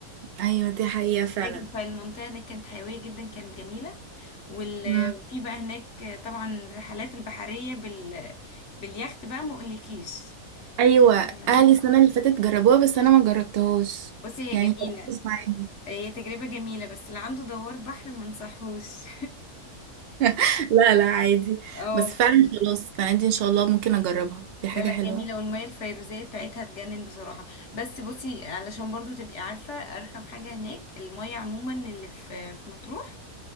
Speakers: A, on the right; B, on the left.
A: ايوه دي حقيقه فعلا
B: تاجي فالمنطقة هناك كانت حيوية جدا كانت جميلة وفي
A: مم.
B: بقى هناك طبعا الرحلات البحرية بال... باليخت بقى ما اقولكيش
A: ايوه
B: آه،
A: اهلي السنه اللي فاتت جربوها بس انا ما جربتهاش
B: بصي هي
A: يعني
B: جميلة
A: مركز معاهم
B: هي تجربة جميلة بس اللي عنده دوار بحر ما انصحوش
A: <laughs> لا لا عادي
B: <laughs> اه
A: بس فعلا خلاص السنه دي ان شاء الله ممكن اجربها دي حاجه
B: لا لا
A: حلوه
B: جميلة والمية الفيروزية بتاعتها تجنن بصراحة بس بصي علشان برضو تبقي عارفة أرخم حاجة هناك المية عموما اللي في في مطروح